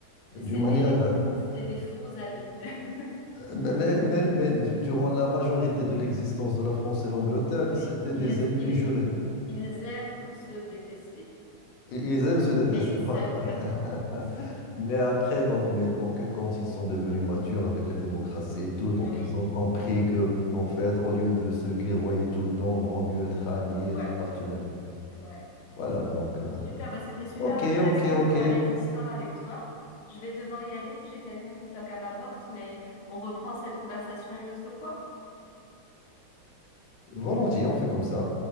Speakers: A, on the left; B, on the left.
A: d'une
B: C'est
A: manière...
B: des,
A: <laughs>
B: c'est des faux amis. <laughs>
A: Mais, mais, mais, mais du- durant la majorité de l'existence de la France et l'Angleterre,
B: Oui,
A: c'était
B: ils,
A: des ennemis
B: ils,
A: jurés.
B: ils aiment se détester,
A: Et Ils aiment se détester,
B: mais ils
A: voilà.
B: s'aiment très
A: <laughs>
B: fort. <laughs>
A: Mais après, donc, mais, donc, quand ils sont devenus matures avec les démocraties et tout,
B: Oui,
A: donc ils ont compris que, en fait, au lieu de se guerroyer tout le temps, vaut mieux être amis,
B: ouais,
A: être partenaires.
B: ouais.
A: Voilà, donc, euh,
B: Super, bah c'était super
A: ok,
B: intéressant
A: ok,
B: de
A: ok,
B: parler d'histoire avec toi. Je vais devoir y aller parce que j'ai quelqu'un qui toque à ma porte, mais on reprend cette conversation une autre fois.
A: volontiers, on fait comme ça.